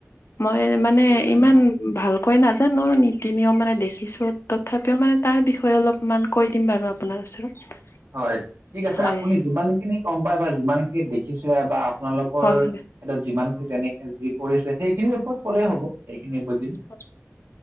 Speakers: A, on the left; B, on the right.
A: মই মানে
B: উম
A: ইমান ভাল কৈ নাজানো নীতি নিয়ম মানে দেখিছোঁ তথাপিও মানে তাৰ বিষয়ে অলপমান কৈ দিম বাৰু আপ- আপোনাৰ ওচৰত।
B: হয়ঁ ঠিক আছে
A: হয়
B: আপুনি যিমান খিনি গম পায় বা যিমান খিনি দেখিছে বা আপোনালোকৰ
A: হয় হয়
B: সেতো যিমান খিনি যেনেকে যি কৰিছে সেইখিনিৰ ওপৰত ক'লে হ'ব সেইখিনিয়ে বুজিম।
A: হচ